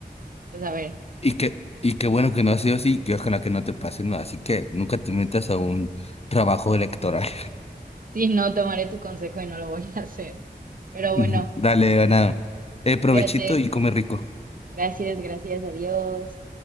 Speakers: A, on the right; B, on the left.
A: pues a ver,
B: Y que, y qué bueno que no ha sido así, que ojalá que no te pase, ¿no? Así que nunca te metas a un trabajo electoral.
A: sí, no, tomaré tu consejo y no lo voy a <laughs> hacer. Pero
B: <laughs>
A: bueno,
B: Dale, Ana, eh, provechito
A: cuídate.
B: y come rico.
A: Gracias, gracias, adiós.